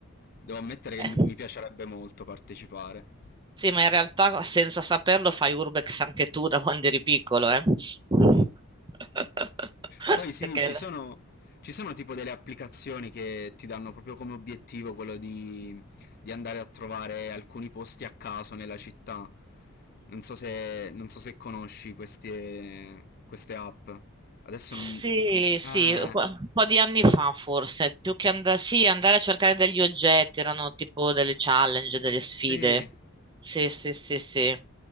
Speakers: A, on the left (about 45°); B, on the right (about 20°).
A: Devo ammettere
B: Eh.
A: che mi mi piacerebbe molto partecipare.
B: Sì, ma in realtà senza saperlo fai urbex anche tu da quando eri piccolo, eh? <laughs>
A: Poi sì,
B: Perché...
A: ci
B: l-
A: sono, ci sono tipo delle applicazioni che ti danno proprio come obiettivo quello di, di andare a trovare alcuni posti a caso nella città. Non so se, non so se conosci queste, queste app. Adesso
B: Sì,
A: non...
B: sì,
A: Eh,
B: qua- un po' di anni fa forse, più che andare, sì, andare a cercare degli oggetti, erano tipo delle challenge, delle sfide.
A: sì.
B: Sì, sì, sì, sì.